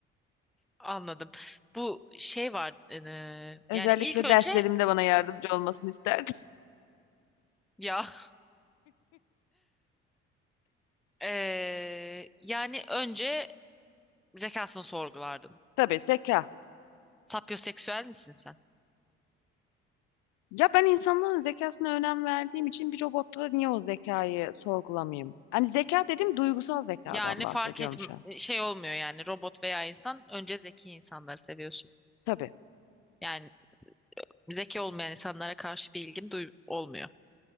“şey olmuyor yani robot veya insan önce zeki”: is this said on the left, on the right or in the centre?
Centre